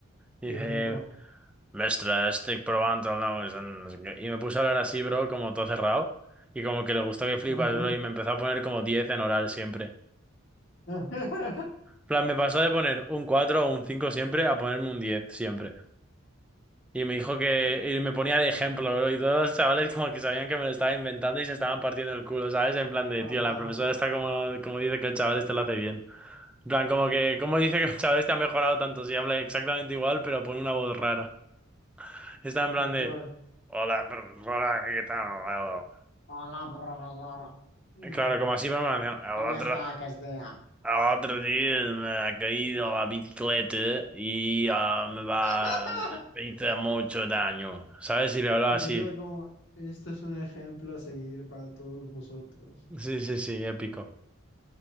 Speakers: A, in the centre; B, on the left (about 60°).
A: Y
B: y
A: dije,
B: él flipó.
A: mestra, estoy probando el nuevo no sé qué. Y me puse a hablar así, bro, como todo cerrado. Y como que le gustó que flipas,
B: Ajá.
A: bro, y me empezó a poner como 10 en oral siempre.
B: <laughs>
A: plan, me pasó de poner un 4 o un 5 siempre a ponerme un 10 siempre. Y me dijo que... Y me ponía de ejemplo, bro. Y todos los chavales como que sabían que me lo estaba inventando y se estaban partiendo el culo, ¿sabes? En plan de,
B: Ajá,
A: tío, la profesora está como, como dice que el chaval este lo hace bien. En plan, como que... ¿Cómo dice que el chaval este ha mejorado tanto? Si habla exactamente igual, pero pone una voz rara. Está en plan
B: tal
A: de...
B: cual.
A: Hola, profesora, ¿qué tal?
B: Hola, profesora. Mm,
A: Claro, como así, pero me lo hacían,
B: ¿Cómo está que es día?
A: Otro día me ha caído la bicicleta y ah, me va,
B: <laughs>
A: me hizo mucho daño. ¿Sabes? si le hablaba
B: El
A: así.
B: profesor era <laughs> como, esto es un ejemplo a seguir para todos vosotros.
A: Sí, sí, sí, épico.